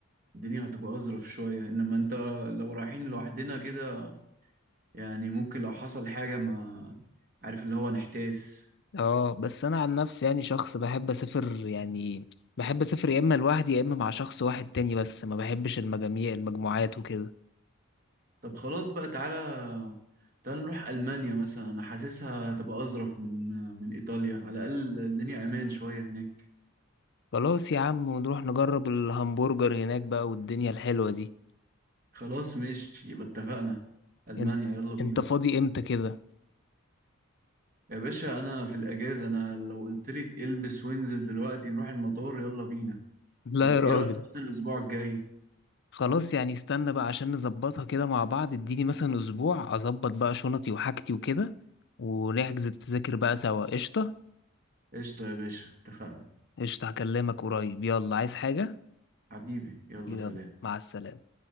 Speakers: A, on the right; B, on the left.
A: الدنيا هتبقى أظرف شوية إنما أنت لو رايحين لوحدنا كده يعني ممكن لو حصل حاجة ما عارف اللي هو نحتاس
B: اه بس انا عن نفسي يعني شخص بحب اسافر يعني بحب اسافر يا اما لوحدي يا اما مع شخص واحد تاني بس ما بحبش المجاميع المجموعات وكده
A: طب خلاص بقى تعالى تعالى نروح ألمانيا مثلا أنا حاسسها هتبقى أظرف من من إيطاليا على الأقل الدنيا أمان شوية هناك
B: خلاص يا عم ونروح نجرب الهمبرجر هناك بقى والدنيا الحلوة دي
A: خلاص ماشي يبقى اتفقنا ألمانيا
B: انت
A: يلا بينا
B: انت فاضي امتى كده
A: يا باشا انا في الاجازه انا لو قلت لي البس وانزل دلوقتي نروح المطار يلا بينا
B: لا
A: إنت
B: يا راجل
A: ايه رايك مثلا الاسبوع الجاي
B: خلاص يعني استنى بقى عشان نظبطها كده مع بعض اديني مثلا اسبوع اظبط بقى شنطي وحاجتي وكده ونحجز التذاكر بقى سوا قشطة
A: قشطه يا باشا اتفقنا
B: قشطة هكلمك قريب يلا عايز حاجة
A: حبيبي يلا
B: يلا
A: سلام
B: مع السلامة